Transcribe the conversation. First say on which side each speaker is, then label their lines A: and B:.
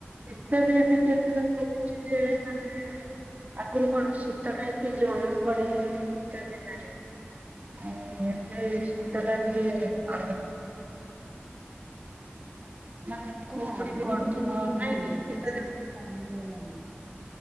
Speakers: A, on the right (about 40°); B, on the right (about 15°).
A: ଏତେ ବି ଏମିତି ଏଥର ହୋଇଛି ଜେ ମାନେ ଆଗରୁ କଣ ଶୀତ ଟା ଏତେ ଜଣା ପଡେନି ମାନେ ଶୀତ ଦିନରେ ଆଉ ଏବେ ସେଟା ଟିକେ ଆ ମାନେ କୁହୁଡି
B: ତ ଆଗରୁ
A: ବି ପଡୁଥିବ
B: ବହୁତ
A: ନାଇଁ
B: ହୁଏ
A: କି
B: ଏବେ ଶୀତ
A: ଦିନ
B: କମିଗଲାଣି।